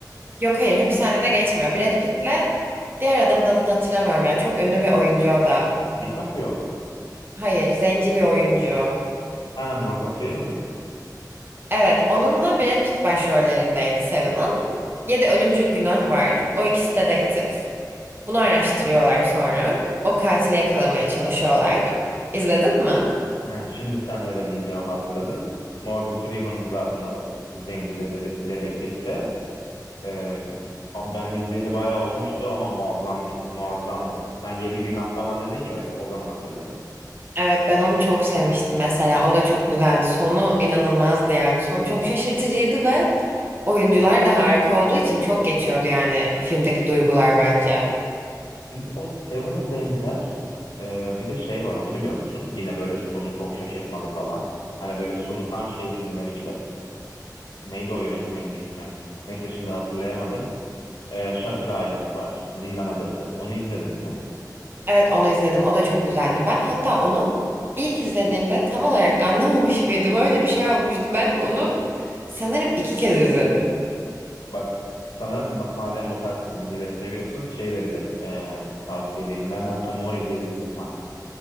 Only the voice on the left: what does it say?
DiCaprio mu?
Ha Morgan Freeman mı?
He, şimdi sen öyle deyince mi hatırladın. Morgan Freeman'dı zaten o zenci dede- dedektifte. Ee, abi ben izleyeli bayağı olmuştu ama muazzam bir, muazzamdı. Sen Yedi Günah falan dedin ya öyle o zaman hatırladım.
Bir- O Seven'a benzer e, bir de şey var onu biliyor musun? Yine böyle sonu çok şaşırtmalı falan. Hani böyle sonu tam şey filmleri gibi. Neydi o yönetmenin ismi? Neyse şimdi hatırlayamadım. Ee, Shutter Island var. Zindan Adası. Onu izledin mi?
Bak sana ma- madem bu tarz dizileri seviyorsun şey de bir de e, tavsiye edeyim. Memento Mori diye bir film var.